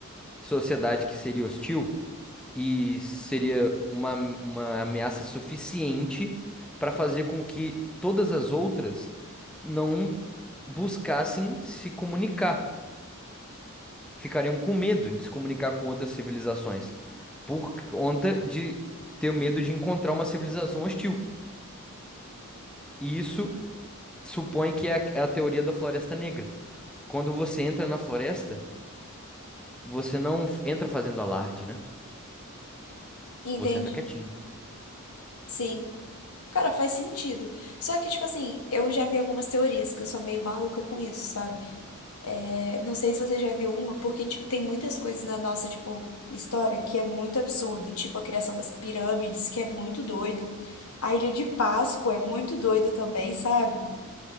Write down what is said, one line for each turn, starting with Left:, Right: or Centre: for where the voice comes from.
Centre: sociedade que seria hostil e seria uma, uma ameaça suficiente para fazer com que todas as outras não buscassem se comunicar, ficariam com medo de se comunicar com outras civilizações por conta de ter medo de encontrar uma civilização hostil. E isso supõe que é a, é a teoria da floresta negra. Quando você entra na floresta, você não f- entra fazendo alarde, né?
Left: entendi.
Centre: Você entra quietinho.
Left: Sim. Cara, faz sentido. Só que, tipo assim, eu já vi algumas teorias que eu sou meio maluca com isso, sabe? É, não sei se você já viu uma, porque, tipo, tem muitas coisas na nossa, tipo, história que é muito absurda. Tipo, a criação das pirâmides, que é muito doido. A Ilha de Páscoa é muito doida também, sabe?